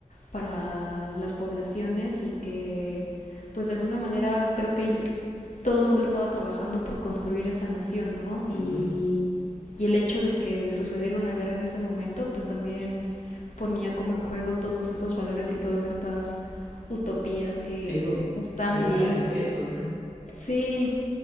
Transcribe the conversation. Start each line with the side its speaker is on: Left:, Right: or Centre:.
Left: para las poblaciones y que pues de alguna manera creo que todo el mundo estaba trabajando por construir esa nación, ¿no? Y,
Right: ujú.
Left: y el hecho de que sucediera una guerra en ese momento pues también ponía como en juego todos esos valores y todas estas utopías que
Right: Sí, po.
Left: se estaban
Right: Se
Left: viviendo.
Right: pegaban en el pecho.
Left: Sí,